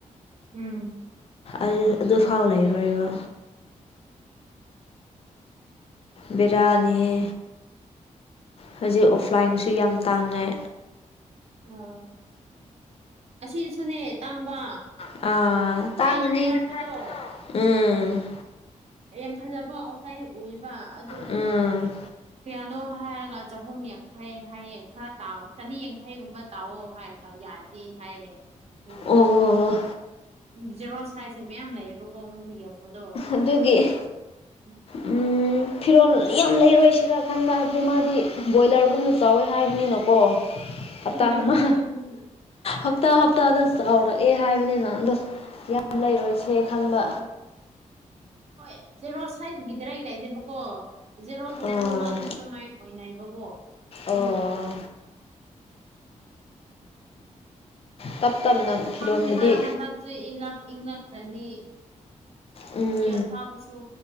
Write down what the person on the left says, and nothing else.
ꯑꯗꯨ ꯑꯗꯨꯐꯥꯎ ꯂꯩꯔꯣꯏꯕ ꯕꯦꯔꯌꯥꯅꯤꯍꯦ ꯍꯧꯖꯤꯛ ꯑꯣꯐꯂꯥꯏꯟꯁꯨ ꯌꯥꯝ ꯇꯥꯡꯉꯦ
ꯑꯥ ꯇꯥꯡꯒꯅꯤ
ꯎꯝ
ꯎꯝ
ꯑꯣ
ꯑꯗꯨꯒꯤ
ꯎꯝ ꯐꯤꯔꯣꯜ ꯌꯥꯝ ꯂꯩꯔꯣꯏꯁꯤꯔꯥ ꯈꯟꯕ ꯍꯥꯏꯕꯗꯤ ꯃꯥꯗꯤ ꯕꯣꯏꯂꯔꯒꯨꯝꯅ ꯆꯥꯎꯌꯦ ꯍꯥꯏꯕꯅꯤꯅꯀꯣ ꯍꯥꯞꯇꯥ
ꯑꯃꯥ ꯍꯞꯇꯥ ꯇꯗ ꯆꯥꯎꯔꯛꯑꯦ ꯍꯥꯏꯕꯅꯤꯅ ꯑꯗꯣ ꯌꯥꯝ
ꯂꯩꯔꯣꯏꯁꯦ ꯈꯟꯕ
ꯑꯥ
ꯑꯣ
ꯇꯞ ꯇꯞꯅ ꯐꯤꯔꯣꯟꯕꯨꯗꯤ
ꯎꯝ